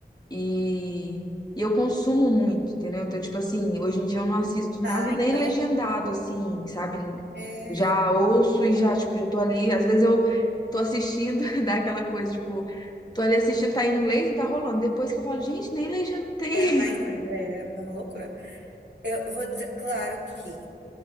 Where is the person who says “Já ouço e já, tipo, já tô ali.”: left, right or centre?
Left